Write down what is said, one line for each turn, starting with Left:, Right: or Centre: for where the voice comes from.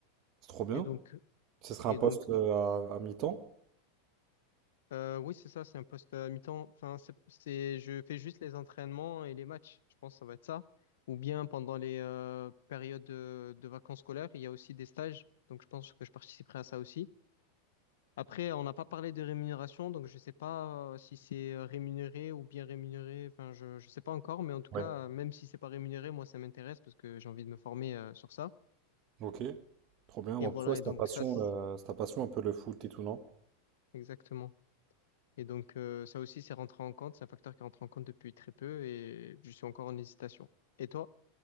Right: C'est trop bien.
Left: Et donc,
Right: Ce serait
Left: et
Right: un poste
Left: donc
Right: euh, à, à mi-temps?
Left: euh, oui, c'est ça, c'est un poste à mi-temps. Enfin, c'est, c'est- je fais juste les entraînements et les matchs. Je pense que ça va être ça. Ou bien pendant les euh, périodes de, de vacances scolaires, il y a aussi des stages. Donc, je pense que je participerai à ça aussi. Après, on n'a pas parlé de rémunération, donc je ne sais pas euh, si c'est euh, rémunéré ou bien rémunéré. Enfin, je ne sais pas encore, mais en tout
Right: Ouais.
Left: cas, euh, même si c'est pas rémunéré, moi, ça m'intéresse parce que j'ai envie de me former euh, sur ça.
Right: Ok. Trop bien. Bon,
Left: Et voilà,
Right: pour toi, c'est
Left: et donc
Right: ta passion,
Left: ça, c'est-
Right: euh, c'est ta passion un peu le foot et tout, non?
Left: exactement. Et donc euh, ça aussi, c'est rentré en compte, c'est un facteur qui rentre en compte depuis très peu et je suis encore en hésitation. Et toi?